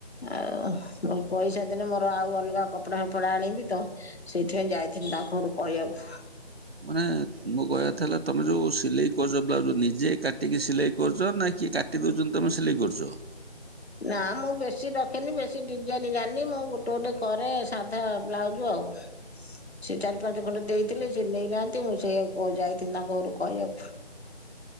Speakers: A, on the left; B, on the right.
A: ଆଉ ମୋ ପଇସା ଦେନେ ମୋର ଆଉ ଅଲଗା କପଡା ଫପଡା ଆଣିବି ତ। ସେଇଥିପାଇଁ ଯାଇଥିଲି ତାଙ୍କ ଘରୁ କହିବାକୁ।
B: ମାନେ ମୋ କହିବା କଥା ହେଲା ତମେ ଯୋଉ ସିଲେଇ କରୁଛ ବ୍ଲାଉଜ ନିଜେ କାଟିକି ସିଲେଇ କରୁଛ ନା କିଏ କା ଟି ଦଉଛନ୍ତି ତମେ ସିଲେଇ କରୁଛ।
A: ନା ମୁଁ ବେଶୀ ରଖେନି ବେଶୀ ଡିଜାଇନ ଜାଣିନି ମୁଁ ଗୋଟେ ଗୋଟେ କରେ ସାଧା ବ୍ଲାଉଜ ଆଉ। ସେ ଚାରି ପାଞ୍ଚ ଖଣ୍ଡେ ଦେଇଥିଲେ ସେ ନେଇନାହାନ୍ତି ମୁଁ ସେଇଆ ଗ ଯାଇଥିଲି ତାଙ୍କ ଘରକୁ କହିବା
B: ହ